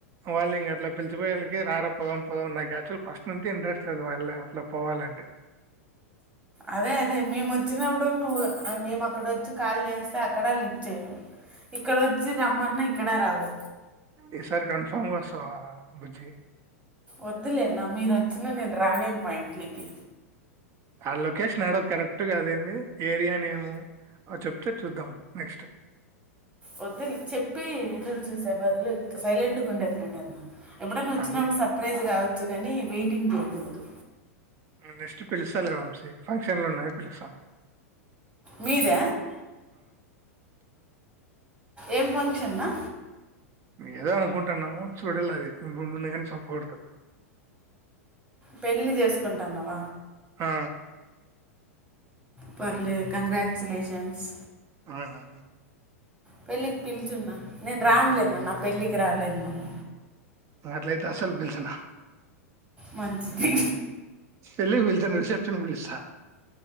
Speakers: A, on the right (about 35°); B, on the right (about 15°).
A: వాళ్ళు ఇంక అట్ల పిల్చిపోయేలికే కి రార పొదం పొదంన్న నాకు అసలు ఫస్ట్ నుంచి ఇంట్రెస్ట్ లేదు. వాళ్ళ అట్లా పోవాలంటే
B: అదే అదే మేమొచ్చినప్పుడు నువ్వు మేము అక్కడ వచ్చి కాల్ చేస్తే అక్కడ లిఫ్ట్ చేయవు. ఇక్కడ వచ్చి రమ్మన్నా ఇక్కడ రావు
A: ఈ సారి కన్ఫర్మ్ గా వస్తావ బుజ్జి
B: వద్దులే మీరు వచ్చిన నేను రానిను మా ఇంట్లేకి
A: ఆ లొకేషన్ అడ కరెక్టుగా అది ఏంది ఏరియా నేము అ చెప్తే చూద్దాం నెక్స్ట్
B: వద్దు చెప్పి ఎదురు చూసే బదులు సైలెంట్గా ఉండేది బెటర్ ఎప్పుడైనా వచ్చినప్పుడు
A: అది
B: సర్ప్రైజ్ కావచ్చు కాని వెయిటింగ్ ఒద్దు.
A: నెక్స్ట్ పిలుస్తాలే వంశీ ఫంక్షన్లు ఉన్నాయ్ పిలుస్తాను.
B: మీద ఏం ఫంక్షన్ అన్న
A: ఏదో అనుకుంటున్నాము. చూడాల అది ఇప్పుడు ముందుగానె చెప్పకూడదు.
B: పెళ్ళి చేసుకుంటన్నావ
A: ఆ
B: పర్లే కంగ్రాట్యులేషన్స్
A: ఆహా
B: పెళ్ళికి పిలిచున్న నేను రాన్లేన్న నా పెళ్ళికి రాలేదు నువ్
A: అట్లైతే అస్సలు పిల్చను
B: మంచిది
A: పెళ్ళికి పిల్చను రిసెప్షన్కి పిలుస్తా